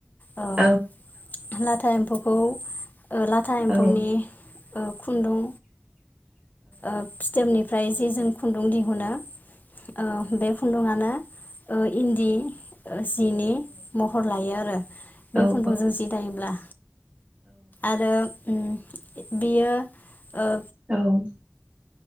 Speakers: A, on the left; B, on the right.
A: थाइ
B: औ
A: एम्फौखौ ओ लाथा एम्फौनि
B: औ
A: ओ खुन्दुं ओ फिथोबनि ओमफ्राय जे जों खुन्दुं दिहुनो ओ बे खुन्दुआनो इन्दि जिनि महर लायो आरो बे
B: औ
A: खुथुंजों जि दायोब्ला आरो ओम बियो ओ
B: औ